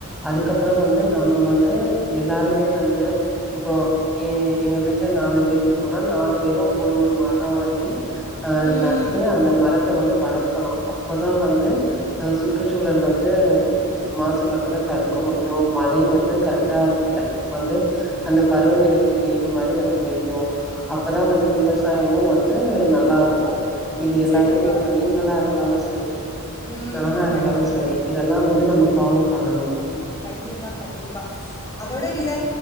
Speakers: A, in the centre; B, on the left (about 15°).
A: அதுக்கப்புறோ வந்து நம்ம வந்து எல்லாருமே வந்து இப்போ எ எங்க வீட்ல நாலு பேர் இருக்கோனா நாலு பேரு ஒரு ஒரு மரோ வாங்கி அ
B: ம்
A: நட்டு அந்த மரத்த வந்து வளர்க்கணு அப்பதா வந்து அ சுற்றுச்சூழல் வந்து மாசுபட்றத தடுக்க முடியு மழை வந்து கரெக்டா வந்து அந்த பருவநிலைக்கு ஏத்தமாரி வந்து பெய்யு அப்பதா வந்து விவசாயமு வந்து நல்லாருக்கு இது எல்லாத்துமே
B: செழிப்பா
A: இப்ப
B: இருக்கு
A: நீங்களா இருந்தாலு ச
B: ம்
A: நானா இருந்தாலு
B: கண்டிப்பா
A: சரி இதெல்லா வந்து நம்ம ஃபாலோ பண்ணணு
B: கண்டிப்பா கண்டிப்பா அதோட இல்ல